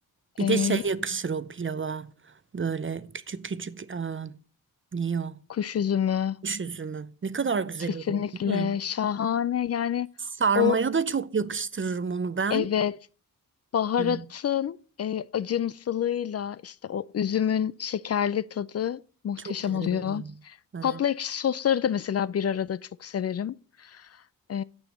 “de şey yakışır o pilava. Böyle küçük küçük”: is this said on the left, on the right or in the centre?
Right